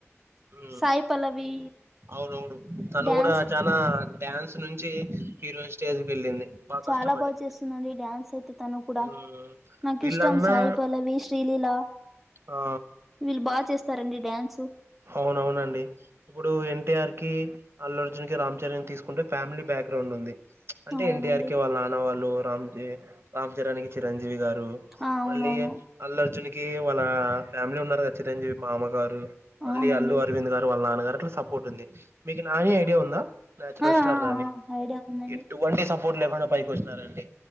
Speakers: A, on the right (about 55°); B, in the centre.
A: హ్మ్
B: సాయి పల్లవి
A: అవునువును తను
B: డ్యాన్స్
A: కూడా చనా డ్యాన్స్ నుంచి హీరోయిన్ స్టేజ్ వెళ్ళింది బాగా
B: చాలాబాగా
A: కష్టపడి
B: చేస్తుందండి డ్యాన్స్ అయితే తను కూడా
A: ఉమ్
B: నాకు
A: వీళ్ళన్నా
B: ఇష్టం సాయి పల్లవి శ్రీ లీల
A: ఆ
B: వీళ్ళు బాగా చేస్తారండి డ్యాన్సు
A: అవునవునండి ఇప్పుడు ఎన్టీఆర్ కి అల్లుర్జున్ కి రామ్ చరణ్ కితీసుకుంటే ఫ్యామిలీ బ్యాక్గ్రౌండ్ ఉంది అంటే
B: అవునండి
A: ఎన్టీఆర్ కి వాళ్ళ నాన్నవాళ్ళు రామ్ రామ్ చరణ్ కి చిరంజీవి గారు
B: ఆ అవునవును
A: మళ్ళీ అల్లు అర్జున్ కి వాళ్ళ ఫ్యామిలీ ఉన్నారు కదా చిరంజీవి మామగారు మళ్ళీ
B: అవునండి
A: అల్లు అరవింద్ గారు వాళ్ళ నాన్నగారు అట్లా సపోర్ట్ ఉంది మీకు నాని ఐడియా ఉందా నచురల్
B: ఆ
A: స్టార్
B: ఆ
A: నాని
B: ఆ ఐడియా ఉందండి
A: ఎటు వంటి సపోర్ట్ లేకుండా పైకి వచ్చినారండి